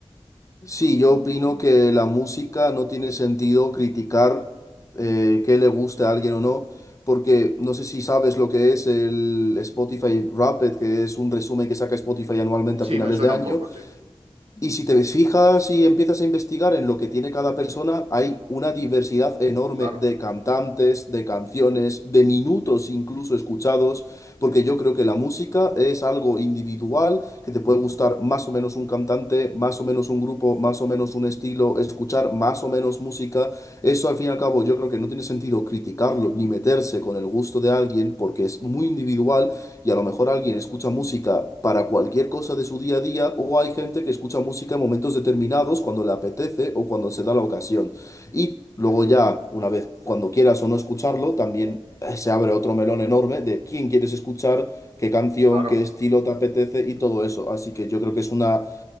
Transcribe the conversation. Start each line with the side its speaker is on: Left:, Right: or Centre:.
Left: Sí, yo opino que la música no tiene sentido criticar eh, qué le gusta a alguien o no, porque no sé si sabes lo que es el Spotify Wrapped, que es un resumen que saca Spotify anualmente
Right: Sí,
Left: a finales
Right: me suena
Left: de año,
Right: un poco, sí.
Left: y si te fijas y empiezas a investigar en lo que tiene cada persona, hay una diversidad enorme
Right: Claro,
Left: de cantantes, de canciones, de minutos incluso escuchados, porque yo creo que la música es algo individual, que te puede gustar más o menos un cantante, más o menos un grupo, más o menos un estilo, escuchar más o menos música. Eso al fin y al cabo yo creo que no tiene sentido criticarlo ni meterse con el gusto de alguien, porque es muy individual y a lo mejor alguien escucha música para cualquier cosa de su día a día o hay gente que escucha música en momentos determinados cuando le apetece o cuando se da la ocasión. Y luego ya, una vez, cuando quieras o no escucharlo, también eh, se abre otro melón enorme de quién quieres escuchar, qué canción,
Right: claro.
Left: qué estilo te apetece y todo eso. Así que yo creo que es una...